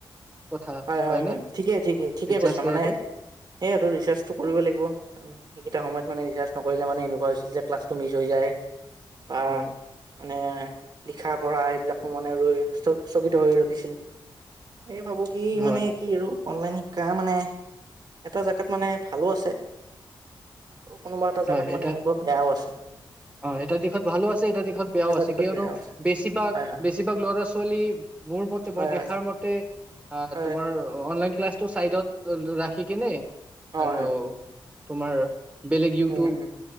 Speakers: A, on the right; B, on the right.
A: কথা
B: হয় হয়
A: হয়নে
B: হয় ঠিকে ঠিকেই ঠিকে
A: ৰিচাৰ্জ
B: কৈছা
A: কৰাটো
B: মানে সেইয়া ৰিচাৰ্চটো কৰিব লাগিব সেই এটা সময়ত মানে ৰিচাৰ্চ নকৰিলে মানে এনেকুৱা হৈছিল যে ক্লাছটো মিছ হৈ যায়। বা
A: হয়
B: মানে লিখা পঢ়া এইবিলাক মনে ৰৈ স স্থগিত হৈ ৰখিছিল এই ভাবো। কি
A: হয়
B: মানে কি আৰু অনলাইন শিকা মানে এটা জেগাত মানে ভালো আছে। আৰু কোনোবা জেগাত
A: হয়
B: মানে
A: এটা
B: এনেকুৱা বেয়াও আছে
A: অ এটা দিশত ভালো আছে এটা দিশত বেয়াও
B: এটা
A: আছে
B: দিশত
A: কিয়নো
B: বেয়াও আছে
A: বেছিভাগ
B: হয় হয়
A: বেছিভাগ ল'ৰা ছোৱালী মোৰ মতে
B: হয়
A: মই দেখাৰ
B: হয়
A: মতে অ
B: হয়
A: তোমাৰ অ অনলাইন ক্লাছটো চাইডত ৰাখি কেনে
B: অ
A: আৰু
B: হয়
A: তোমাৰ বেলেগ
B: উম
A: টো
B: উম